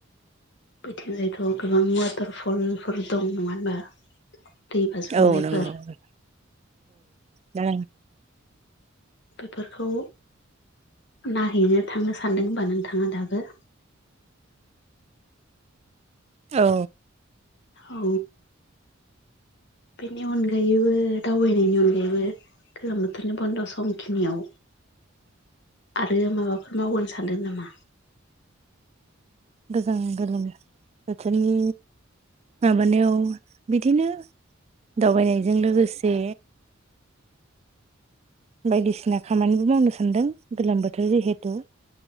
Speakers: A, on the left (about 60°); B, on the right (about 30°).
A: बैथिंजायथ' गोबां वाटार फलफोर दं नङानो होनबा? दै बाज्रुमनायफोर
B: औ नंगौ दा
A: बेफोरखौ नायहैनो थांनो सानदों हबा नोंथाङा दाबो‌?
B: औ
A: औ बेनि अनगायैबो दावबायनायनि अनगायैबो गोलोम बोथोरनि बन्द' समखिनियाव आरो माबाफोर मावगोन सानदों नामा?
B: गोजां गोलोमो बोथोरनि माबानायाव बिदिनो दावबायनायजों लोगोसे बायदिसिना खामानिबो मावनो सान्दों गोलोम बोथोर जिहेथु।